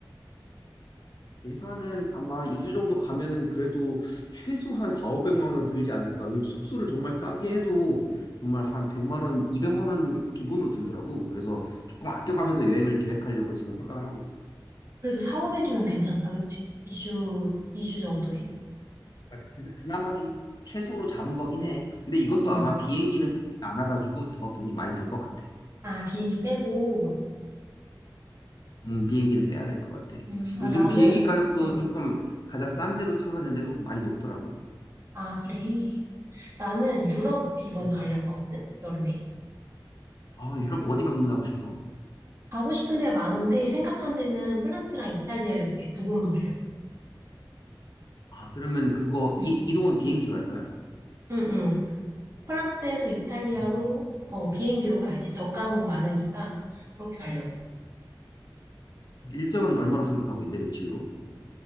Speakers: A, on the left; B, on the right.
A: 예산은 아마 2주 정도 가면은 그래도 최소한 4, 500만 원 들지 않을까. 왜냐면 숙소를 정말 싸게 해도 정말 한 100만 원, 200만 원 기본으로 들더라고. 그래서 조금 아껴가면서 여행을 계획하려고 지금 생각을 하고 있어.
B: 그래도 4, 500이면 괜찮다, 그치? 2주, 2주 정도에?
A: 맞아. 그, 그나마 좀 최소로 잡은 거긴 해. 근데 이것도
B: 응, 응.
A: 아마 비행기는 포함이 안 와가지고 더 돈이 많이 들 것 같아.
B: 아, 비행기 빼고.
A: 음, 비행기는 빼야 될 것 같아.
B: 응, 아,
A: 요즘
B: 나는,
A: 비행기 가격도
B: 응.
A: 조금 가장 싼 데로 찾아봤는데도 많이 높더라고.
B: 아, 그래. 나는 유럽 이번에
A: 음.
B: 가려고 하거든? 여름에?
A: 아, 유럽 어디 방문하고 싶어?
B: 가고 싶은 데가 많은데 생각한 데는 프랑스랑 이탈리아 이렇게 두 곳만 가려고.
A: 아, 그러면 그거 이,
B: 응,
A: 이동은 비행기로 할 거야?
B: 응, 응. 프랑스에서 이탈리아로
A: 음.
B: 어, 비행기로 가야지. 저가 항공 많으니까 그렇게 가려고.
A: 일정은 얼마로 생각하고 있는데 며칠로?